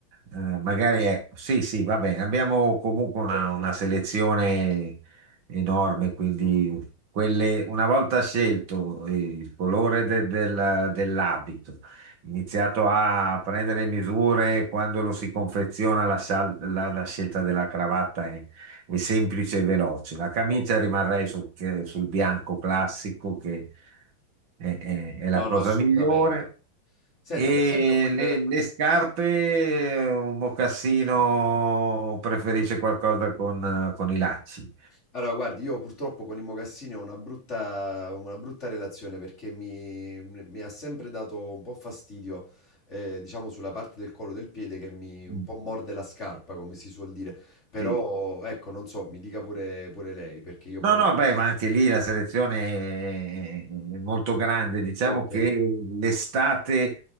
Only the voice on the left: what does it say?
Ok,
ok.
No,
no, assolutamente.
Senta,
per esempio, quel...
quel-
Allora, guardi, io purtroppo con i mocassini ho una brutta, una brutta relazione perché mi, mi ha sempre dato un po' fastidio, eh, diciamo, sulla parte del collo del piede che mi un
po' morde la scarpa, come si suol dire. Però,
ecco, non so, mi dica pure, pure lei, perché io
poi...
Ok,